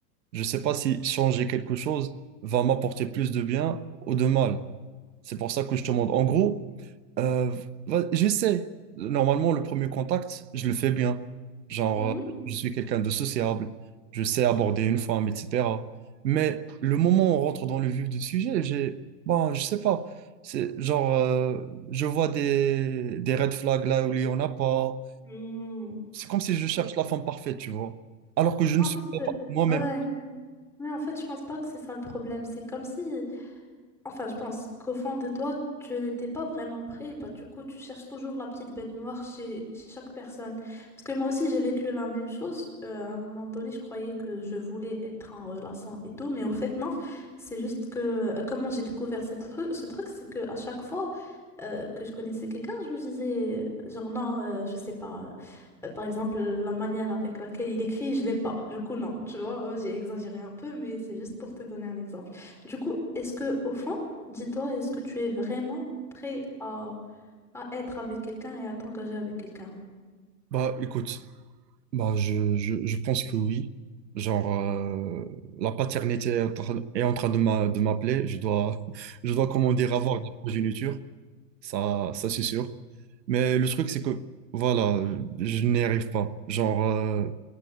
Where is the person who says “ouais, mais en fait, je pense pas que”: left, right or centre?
Centre